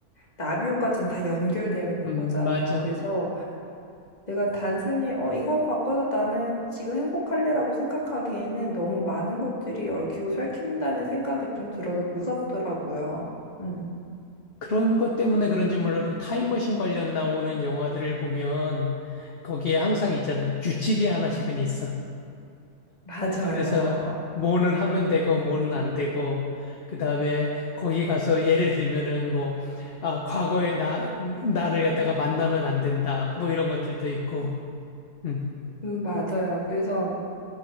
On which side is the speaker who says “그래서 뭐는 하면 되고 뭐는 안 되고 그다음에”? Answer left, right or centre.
Left